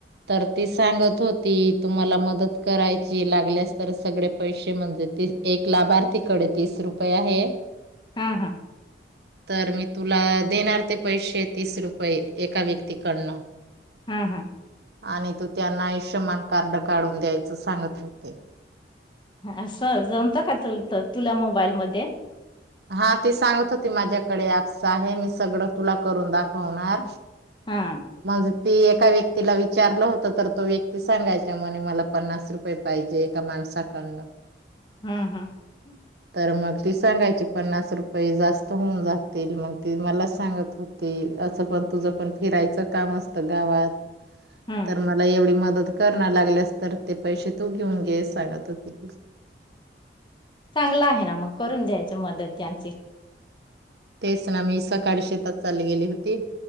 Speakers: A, on the right; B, on the left.
A: तर ती सांगत होती, तुम्हाला मदत करायची लागल्यास तर सगळे पैसे म्हणजे ते एक लाभार्थीकडे तीस रुपये आहे.
B: हा हा
A: तर मी तुला देणार ते पैसे तीस रुपये एका व्यक्तीकडनं.
B: हम्म हम्म
A: आणि तु त्यांना आयुष्यमान कार्ड काढून द्यायचं सांगत होते.
B: ह असं जमतं का तु तुला मोबाईल मध्ये?
A: हा ती सांगत होती, माझ्याकडे असं आहे मी सगळं तुला करून दाखवणार.
B: हा
A: म्हणजे ती एका व्यक्तीला विचारलं होतं, तर तो व्यक्ती सांगायचा म्हणे मला पन्नास रुपये पाहिजे एका माण सा कडनं
B: हम् हम्
A: तर मग ती सांगायची पन्नास रुपये जास्त होऊन जातील मग ती मला सांगत होती. तसं पण तुझं पण फिरायचं काम असतं गावात,
B: हम्म
A: तर मला एवढी मदत कर ना लागल्यास तर ते पैसे तू घेऊन घे असं सांगत होते ती.
B: चांगला आहे ना मग, करून द्यायचं मदत त्यांची.
A: तेच ना मी सकाळी शेतात चालली गेली होती.